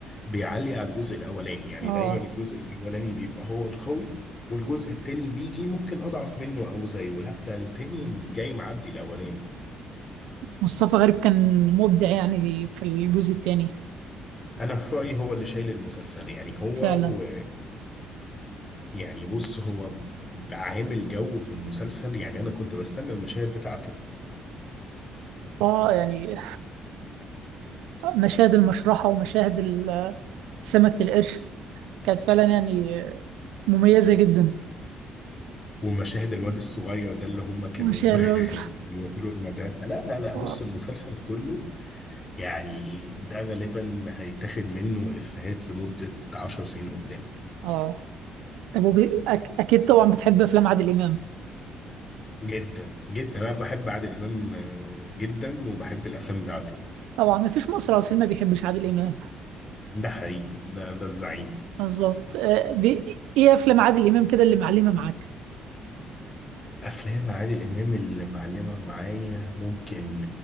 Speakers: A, on the left (about 35°); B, on the right (about 85°).
A: بيعلي على الجزء الاولاني يعني
B: اه
A: دايما الجزء الاولاني بيبقى هو القوي والجزء التاني بيجي ممكن اضعف منه او زيه لا ده التاني جاي معدي الاولاني
B: مصطفى غريب كان مبدع يعني في الجزء الثاني
A: انا في رايي هو اللي شايل المسلسل يعني هو
B: فعلا
A: و... يعني بص هو ب- عامل جو في المسلسل يعني انا كنت بستنى المشاهد بتاعته
B: اه يعني مشاهد المشرحة ومشاهد ال- سمكة القرش كانت فعلا يعني مميزة جدا
A: ومشاهد الواد الصغير ده اللي هم كانوا
B: مشاهد ال-
A: <laughs> بيروحوا له المدرسه لا لا لا
B: <laughs>
A: بص المسلسل كله يعني ده غالبا هيتاخد منه إفيهات لمدة عشر سنين قدام
B: اه طب وب... أك... اكيد طبعا بتحب افلام عادل امام
A: جدا جدا أنا بحب عادل إمام آه، جدا وبحب الأفلام بتاعته
B: طبعا مفيش مصري اصيل ما بيحبش عادل امام
A: ده حقيقي ده ده الزعيم
B: بالظبط آه، بي... ايه افلام عادل امام كده اللي معلمة معاك
A: أفلام عادل إمام اللي معلمة معايا ممكن